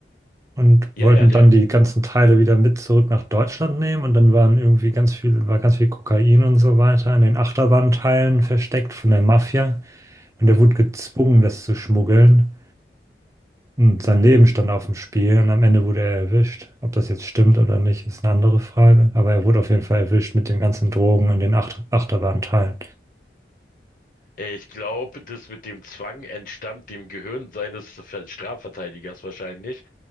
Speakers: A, on the right; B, on the left.
A: und
B: ja,
A: wollten
B: ja, der,
A: dann die ganzen Teile wieder mit zurück nach Deutschland nehmen und dann waren irgendwie ganz viel, war ganz viel Kokain und so weiter in den Achterbahnteilen versteckt von der Mafia und er wurde gezwungen, das zu schmuggeln und sein Leben stand auf dem Spiel und am Ende wurde er erwischt. Ob das jetzt stimmt oder nicht, ist eine andere Frage, aber er wurde auf jeden Fall erwischt mit den ganzen Drogen in den Acht Achterbahnteilen.
B: Ich glaube, das mit dem Zwang entstammt dem Gehirn seines Ver- Strafverteidigers wahrscheinlich.